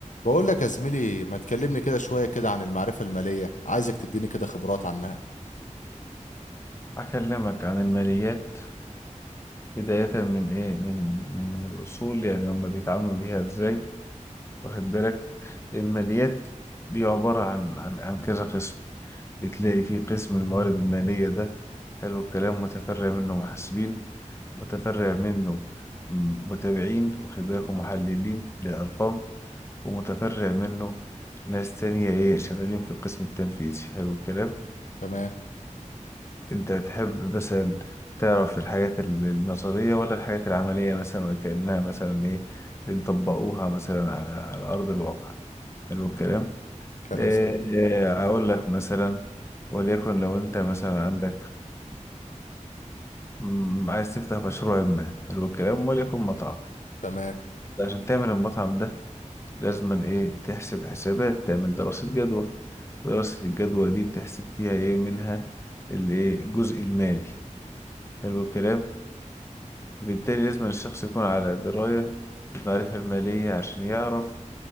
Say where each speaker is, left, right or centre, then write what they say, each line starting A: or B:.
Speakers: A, on the left; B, on the left.
A: بقول لك يا زميلي ما تكلمني كده شوية كده عن المعرفة المالية عايزك تديني كده خبرات عنها
B: أكلمك عن الماليات بداية من إيه من من, من الأصول يعني هم بيتعاملوا بيها إزاي واخد بالك الماليات دي عبارة عن عن عن كذا قسم بتلاقي في قسم الموارد المالية ده حلو الكلام متفرع منه محاسبين متفرع منه م- متابعين واخد بالك ومحللين لأرقام ومتفرع منه ناس تانية إيه شغالين في القسم التنفيذي حلو الكلام
A: تمام
B: انت تحب مثلا تعرف الحاجات ال- النظرية ولا الحاجات العملية مثلا وكأنها مثلا ايه بنطبقوها مثلا على على أرض الواقع حلو الكلام
A: كلام
B: إيه
A: سليم
B: أقول لك مثلا وليكن لو انت مثلا عندك مم، عايز تفتح مشروع ما حلو الكلام وليكن مطعم
A: تمام
B: عشان تعمل المطعم ده لازم ايه تحسب حسابات تعمل دراسة جدوى دراسة الجدوى دي بتحسب فيها ايه منها الايه الجزء المالي حلو الكلام بالتالي لازم الشخص يكون على دراية بالمعرفة المالية عشان يعرف